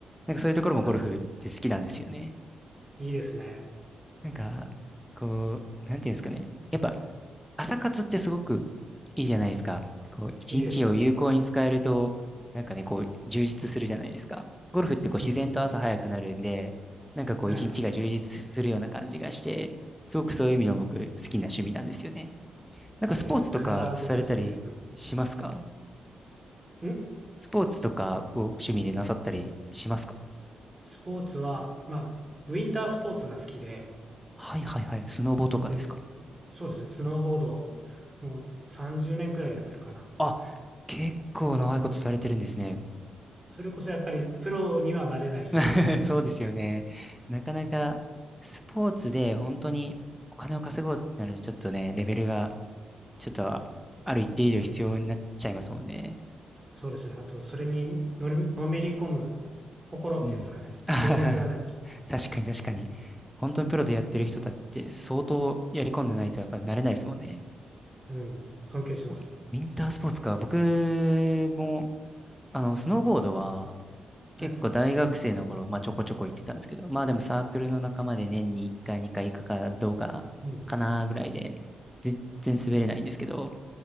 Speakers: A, in the centre; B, on the right.
A: なんかそういうところもゴルフって好きなんですよね。
B: はい。いいですね。
A: なんか、こう、なんていうんですかね。やっぱ、朝活ってすごくいいじゃないですか。こう、一日を有効に使えると、
B: いいです、いいです。
A: なんかね、こう、充実するじゃないですか。ゴルフってこう、
B: うん。
A: 自然と朝早くなるんで、なんかこう、
B: はい。
A: 一日が充実するような感じがして、すごくそういう意味でも僕、好きな趣味なんですよね。なんか、
B: いいですね。
A: スポーツとかされたりしますか
B: 体を動かして。うん。ん
A: スポーツとか、こう、趣味でなさったりしますか
B: スポーツは、まあ、ウィンタースポーツが好きで、
A: はいはいはい。スノボとかですか
B: で、すそうですね、スノーボードをもう30年くらいやってるかな。
A: あ、結構長いことされてるんですね。
B: それこそやっぱりプロにはなれないレベルですけど、
A: <laughs> そうですよね。なかなかスポーツで本当にお金を稼ごうってなるとちょっとね、レベルがちょっとある一定以上必要になっちゃいますもんね。
B: そうですね。あと、それにのりのめり込む心っていうんですかね。
A: うん。<laughs>
B: 情熱がないと。
A: 確かに確かに。本当にプロでやってる人たちって相当やり込んでないとやっぱ慣れないですもんね。
B: うん、尊敬します。
A: ウィンタースポーツか。僕も、あの、スノーボードは結構大学生の頃、
B: はい。
A: まあちょこちょこ行ってたんですけど、まあでもサークルの仲間で年に1回2回行くかどうかかなぐらいで、
B: うん。
A: 全然滑れないんですけど、